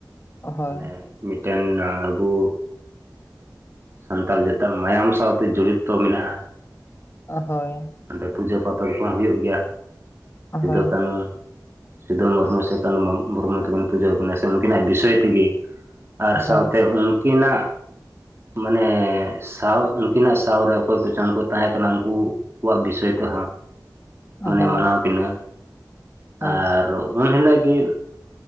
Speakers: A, on the left; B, on the right.
A: ᱦᱳᱭ
B: ᱢᱟᱱᱮ ᱢᱤᱜᱴᱮᱱ ᱟᱵᱩ ᱥᱟᱱᱛᱟᱞ ᱡᱟᱹᱛᱟᱜ ᱢᱟᱭᱟᱢ ᱥᱟᱶᱛᱮ ᱡᱚᱲᱤᱛᱛᱚ ᱢᱮᱱᱟᱜᱼᱟ᱾
A: ᱚᱦᱳᱭ
B: ᱚᱸᱰᱮ ᱯᱩᱡᱟᱹ ᱯᱟᱛᱚᱞ ᱠᱚᱦᱚᱸ ᱦᱩᱭᱩᱜ ᱜᱮᱭᱟ
A: ᱦᱳᱭ
B: ᱥᱤᱫᱷᱩ ᱠᱟᱱᱩ ᱥᱤᱫᱩ ᱢᱩᱨᱢᱩ ᱥᱮ ᱠᱟᱹᱱᱩ ᱢᱩᱨᱢᱩ ᱛᱟᱹᱠᱤᱱ ᱯᱩᱡᱟᱹ ᱣᱟᱠᱤᱱᱟ ᱥᱮ ᱩᱱᱠᱤᱱᱟᱜ ᱵᱤᱥᱚᱭ ᱛᱤᱜᱤ ᱾ ᱟᱨ
A: ᱦᱳᱭ
B: ᱥᱟᱶᱛᱮ ᱩᱱᱠᱤᱱᱟᱜ ᱢᱟᱱᱮ ᱥᱟᱶ ᱩᱱᱠᱤᱱᱟᱜ ᱥᱟᱶᱨᱮ ᱚᱠᱚᱭ ᱠᱚᱪᱚᱝᱠᱚ ᱛᱟᱦᱮᱸ ᱠᱟᱱᱟ ᱩᱱᱠᱩ ᱠᱚᱣᱟᱜ ᱵᱤᱥᱚᱭ ᱛᱮᱦᱚᱸ
A: ᱦᱳᱭ
B: ᱢᱟᱱᱮ ᱢᱟᱱᱟᱣ ᱠᱤᱱᱟᱹ
A: ᱦᱳᱭ
B: ᱟᱨ ᱩᱱ ᱦᱤᱞᱳᱜ ᱜᱮ